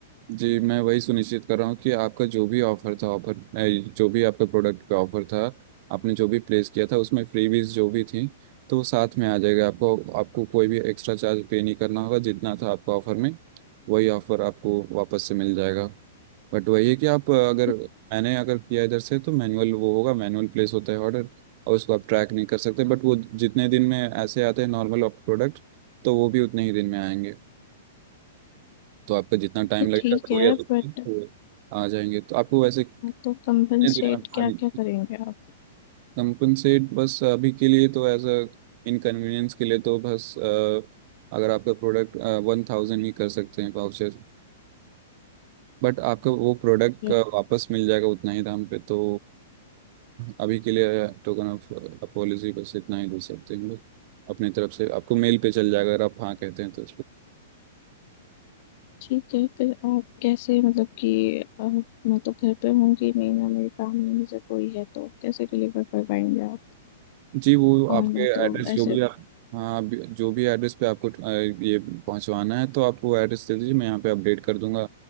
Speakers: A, on the right; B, on the left.
A: जी मैं वही सुनिश्चित कर रहा हूँ कि आपका जो भी ऑफर था ऑफर जो भी आपका प्रोडक्ट पे ऑफर था आपने जो भी प्लेस किया था उसमें फ्रीबीज जो भी थी तो वो साथ में आ जाएगा आपको आपको कोई भी एक्स्ट्रा चार्ज पे नहीं करना होगा जितना था आपका ऑफर में वही ऑफर आपको वापस से मिल जाएगा बट वही है कि आप अ, अगर
B: ये
A: मैंने अगर किया इधर से तो मैनुअल वो होगा मैनुअल प्लेस होता है ऑर्डर और उसको आप ट्रैक नहीं कर सकते बट वो जितने दिन में ऐसे आते हैं नॉर्मल प्रोडक्ट तो वो भी उतने ही दिन में आएंगे तो आपका जितना टाइम
B: ये
A: लगेगा
B: ठीक
A: दो
B: है
A: या तीन
B: बट
A: दिन तो आ जाएंगे तो आपको वैसे कितने
B: तो कंपनसेट
A: दिनों में
B: क्या
A: खाली
B: क्या करेंगे आप
A: कंपनसेट बस अभी के लिए तो एज अ इनकन्वीनियंस के लिए तो बस अ, अगर आपका प्रोडक्ट वन थाउजेंड ही कर सकते हैं पाउचेस बट आपका वो प्रोडक्ट
B: ये
A: वापस मिल जाएगा उतना ही दाम पे तो अभी के लिए टोकन ऑफ अपोलॉजी बस इतना ही दे सकते हैं हम लोग अपनी तरफ से आपको मेल पे चल जाएगा अगर आप हाँ कहते हैं तो
B: ठीक है फिर आप कैसे मतलब कि अ, मैं तो घर पे होंगी नहीं ना मेरी फैमिली में से कोई है तो कैसे डिलीवर कर पाएंगे आप
A: जी वो
B: और
A: आपके
B: मैं तो
A: एड्रेस जो
B: ऐसे
A: भी आप हाँ आप जो भी एड्रेस पे आपको अ, ये पहुंचवाना है तो आप वो एड्रेस दे दीजिए मैं यहाँ पे अपडेट कर दूंगा